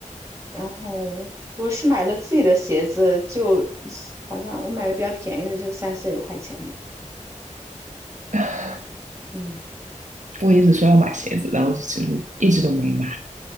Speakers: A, on the right; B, on the right.
A: 然后我是买了自己的鞋子，就好像我买的比较便宜的，就三四十块钱
B: <laughs>，
A: 嗯
B: 我一直说要买鞋子，然后就实一直都没买。